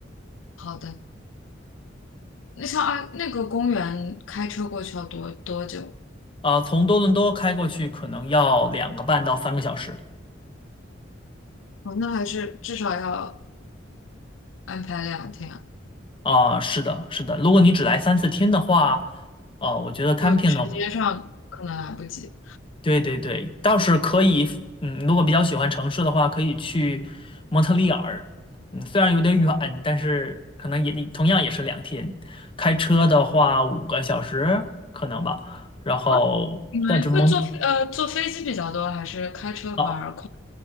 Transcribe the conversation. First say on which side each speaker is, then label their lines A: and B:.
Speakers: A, on the left (about 85°); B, on the left (about 25°).
A: 好的。那像啊，那个公园开车过去要多多久？
B: 啊、从多伦多开过去可能要两个半到三个小时。
A: 哦，那还是至少要安排两天啊
B: 啊、是的，是的。如果你只来三四天的话，呃，我觉得 camping
A: 就时间上可能来不及。
B: 呢。对对对，倒是可以，嗯，如果比较喜欢城市的话，可以去蒙特利尔，嗯，虽然有点远，但是可能也同样也是两天，开车的话五个小时可能吧，然后但是蒙
A: 哦，你们会坐飞呃坐飞机比较多，还是开车反而快？
B: 啊